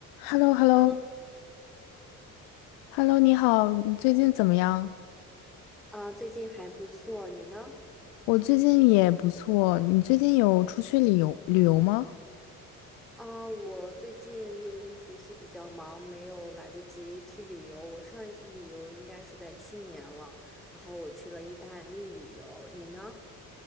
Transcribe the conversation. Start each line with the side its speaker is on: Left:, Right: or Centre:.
Left: h e l l o h e l
Centre: Hello，
Left: l o h e l l o 你好，你最近怎么样？
Centre: 啊，最近还不错，你呢？
Left: 我最近也不错，你最近有出去旅游旅游吗？
Centre: 啊，我最近由于学习比较忙，没有来得及去旅游。我上一次旅游应该是在去年了，然后我去了意大利旅游。你呢？